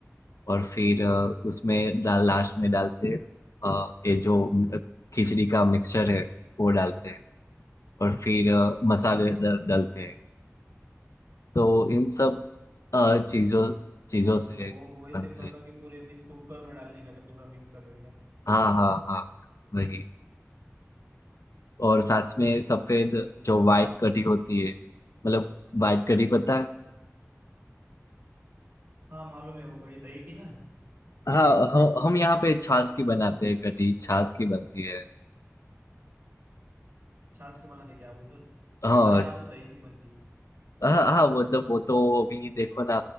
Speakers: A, on the left (about 75°); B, on the right (about 65°).
A: और फिर अ, उसमें डाल लास्ट में डालते हैं अ, ये जो म- खिचड़ी का मिक्सचर है वो डालते हैं और फिर अ, मसाले डा- डालते हैं तो इन सब अ, चीजों चीजों
B: मीन्स
A: से
B: वो वैसे
A: बनते
B: प्रकार
A: हैं
B: के पूरे मीन्स कुकर में डालने का जो पूरा मिक्स कर देने का
A: हाँ हाँ हाँ वही और साथ में सफेद
B: Okay okay okay मैं
A: जो वाइट कढ़ी होती है मतलब वाइट कढ़ी पता है
B: हाँ मालूम है वो कड़ी दही की ना
A: हाँ हम हम यहाँ पे छाछ की बनाते हैं कढ़ी छाछ की बनती है
B: छाछ के बनाते क्या आप उधर
A: हाँ
B: हमारे यहाँ तो दही की बनती है
A: हाँ हाँ मतलब वो तो अभी देखो ना